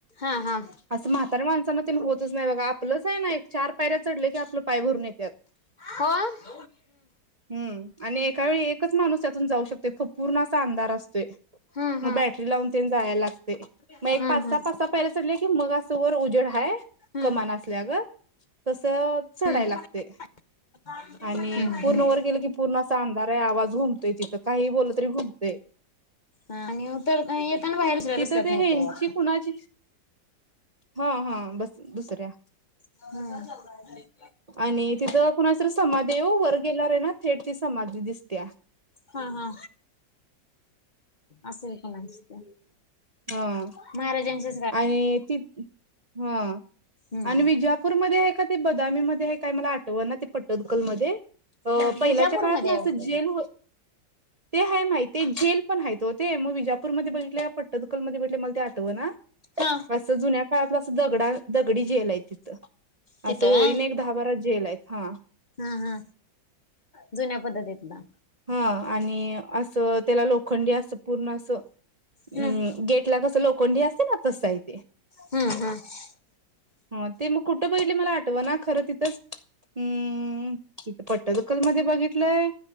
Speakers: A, on the left; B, on the right.
A: हा हा.
B: असं म्हाताऱ्या माणसांना तेन होतच नाही बघा आपलंच आहे ना एक चार पायऱ्या चढलं की आपलं पाय भरून येत्यात.
A: होय?
B: हम्म आणि एका वेळी एकच माणूस त्यातून जाऊ शकतो फ पूर्ण असा अंधार असतोय.
A: हम्म
B: मग
A: हम्म
B: बॅटरी लावून तेन जायला लागतय.
A: हम्म
B: मग एक पाच सहा
A: हम्म
B: पाच सहा पायऱ्या चढल्या की मग अस वर उजेड हाय,
A: हम्म
B: कमान असल्यागत, तसं
A: हम्म
B: चढाय लागतय
A: <unintelligible>
B: आणि
A: हम्म
B: पूर्ण वर गेलं की पूर्ण असा अंधार आहे तिथं, आवाज घुमतय तिथं काही बोललं तरी घुमतंय.
A: आणि मग परत येताना बाहेर दुसऱ्या
B: तिथं
A: रस्त्यातनं
B: ते
A: येताय
B: ह्येची
A: वाटतं.
B: कुणाची, हा हा बस दुसऱ्या
A: हां
B: आणि तिथं कुणाची तरी समाधी आहे हो, वर गेल्यावर आहे ना थेट ती समाधी दिसत्या.
A: हा हा, असेल कुणाची तरी.
B: हां.
A: महाराजांच्या
B: आणि ति, हा
A: हम्म
B: आणि विजयापूरमध्ये आहे का ते बदामीमध्ये आहे काय मला आठवना ते पटदकल मध्ये, अ
A: हा
B: पहिल्याच्या
A: विजापूरमध्ये
B: काळात ना
A: आहे
B: असं
A: वाटतं
B: जेल
A: ते
B: ते हाय माहित, ते जेल पण आहेत ओ ते, मग विजा -पुरमध्ये बघितलं का पटदकलमध्ये बघितलं मला ते आठवंना
A: हां
B: असं जुन्या काळातलं, असं दगडा दगडी जेल आहे तिथं.
A: तिथं
B: असं
A: व्हय
B: ओळीने एक दहा बारा जेल आहेत, हा.
A: हा हा, जुन्या पद्धतीतलं.
B: हा आणि, असं त्याला लोखंडी असं पूर्ण असं अम्
A: हम्म
B: गेट ला कस लोखंडी असते ना तसं य ते.
A: हम्म हम्म
B: हं ते मग कुठं बघितलय मला आठव ना खरं तिथंच हम्म, इथ पट्टदकल मध्ये बघितलंय